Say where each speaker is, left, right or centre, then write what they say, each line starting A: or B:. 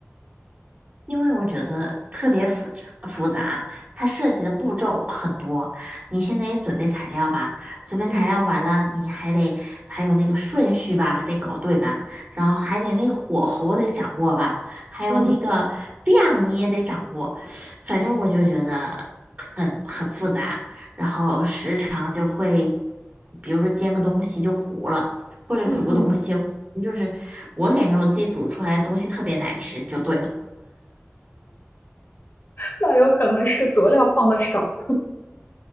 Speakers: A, on the right (about 40°); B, on the left (about 45°).
A: 因为我觉得特别复杂，复杂，它涉及的步骤很多。你现在也准备材料吧，准备材料完了，
B: 嗯
A: 你还得还有那个顺序吧，得搞对吧，然后还得那个火候得掌握吧，还有那个量你也得掌握。
B: 嗯
A: 反正我就觉得很很复杂，然后时常就会，比如说煎个东西就糊了，或者煮个东西，
B: 嗯嗯
A: 就是我感觉我自己煮出来的东西特别难吃，就对了。
B: 那有可能是佐料放的少。